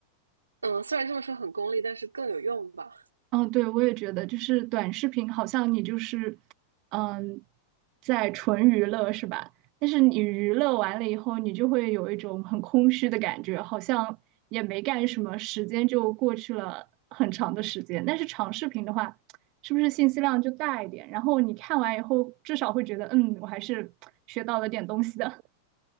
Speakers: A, on the right; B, on the right.
A: 嗯，虽然这么说很功利，但是更有用吧。
B: 嗯，对，我也觉得，就是短视频好像你就是，嗯，在纯娱乐是吧？但是你娱乐完了以后，你就会有一种很空虚的感觉，好像也没干什么，时间就过去了很长的时间。但是长视频的话，是不是信息量就大一点？然后你看完以后，至少会觉得，嗯，我还是学到了点东西的。